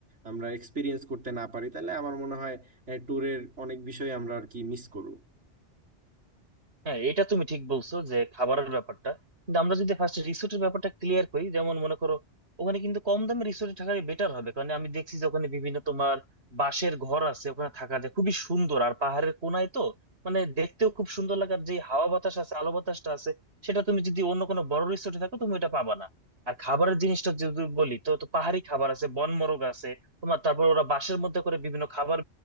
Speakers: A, on the right (about 80°); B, on the right (about 65°).
A: আমরা এক্সপিরিয়েন্স করতে না পারি তাহলে আমার মনে হয় ট্যুরের অনেক বিষয় আমরা আর কি মিস করব
B: হ্যাঁ এটা তুমি ঠিক বলছো যে খাবারের ব্যাপারটা কিন্তু আমরা যদি ফার্স্ট রিসোর্টের ব্যাপারটা ক্লিয়ার করি যেমন মনে করো ওখানে কিন্তু কম দামে রিসোর্টে থাকাই বেটার হবে কারণ আমি দেখছি যে ওখানে বিভিন্ন তোমার বাঁশের ঘর আছে ওখানে থাকা যায় খুবই সুন্দর আর পাহাড়ের কোনায় তো মানে দেখতেও খুব সুন্দর লাগে আর যে হাওয়া বাতাস আছে আলো বাতাসটা আছে সেটা তুমি যদি অন্য কোনো বড় রিসোর্টে থাকো তুমি এটা পাবা না আর খাবারের জিনিসটা যদি বলি তো তো পাহাড়ি খাবার আছে বনমোরগ আছে তোমার তারপর ওরা বাঁশের মধ্যে করে বিভিন্ন খাবার